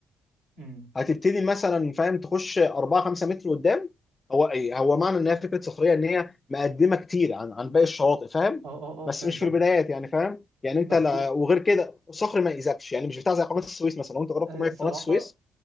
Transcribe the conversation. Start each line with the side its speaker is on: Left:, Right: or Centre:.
Right: امم
Left: هتبتدي مثلا فاهم تخش 4 5 متر قدام هو ايه هو معنى ان هي فكره صخريه ان هي مقدمه كتير عن عن باقي الشواطئ فاهم
Right: اه اه اه
Left: بس
Right: فهمتك
Left: مش في البدايات يعني فاهم يعني انت
Right: بس
Left: لا وغير كده صخر ما يأذكش يعني مش بتاع زي قناه السويس مثلا لو انت جربت
Right: آه،
Left: ميه
Right: الصراحه
Left: قناه السويس